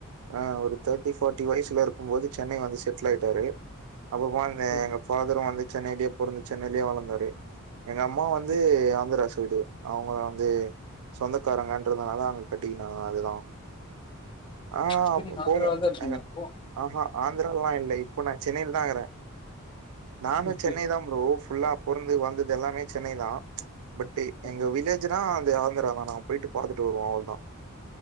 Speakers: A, on the right; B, on the left.
A: ஆ ஒரு தேர்டி ஃபர்ட்டி வயசுல இருக்கு போது சென்னை வந்து செட்டில் ஆயிட்டாரு அப்ப வந் எங்க
B: சரி
A: ஃபாதரு வந்து சென்னைலே பொறந்து சென்னைலே வளந்தாரு எங்க அம்மா வந்து
B: சரி
A: ஆந்தரா பைடு அவுங்க வந்து சொந்தக்காரங்கன்றதுனாலா அவுங் கட்டிக்கினாங்க அதுதா ஆ
B: இப்ப
A: அப்ப
B: நீங்க
A: போல
B: ஆந்திரால தா இருக்கீங்க
A: ஏங்க
B: அப்போ
A: ஆஹா ஆந்திராலா இல்ல இப்ப நா சென்னைல தாங்கிறே நானு சென்னை
B: சரி
A: தா ப்ரோ ஃபுல்லா பொற்ந்து வள்ந்தது எல்லாமே சென்னைதா பட்
B: ஓகே
A: எங்க வில்லேஜ்னா அது ஆந்தர நானாவ் போயிட்டு பாத்துட்டு வருவோ அவ்ள்தா